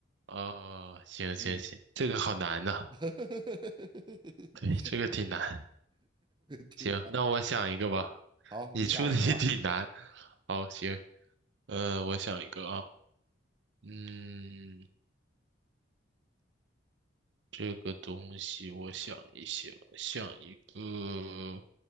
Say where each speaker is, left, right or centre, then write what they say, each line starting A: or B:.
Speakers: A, on the right (about 65°); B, on the right (about 25°).
A: 哦，行行行，
B: 嗯，
A: 这个好难呐、
B: <laughs>
A: 对，这个挺难。
B: 挺难。
A: 行，那我想一个吧。
B: 好，
A: 你出的
B: 你想一个吧。
A: <laughs> 也挺难。好，行，呃，我想一个啊，嗯，这个东西我想一想，想一个，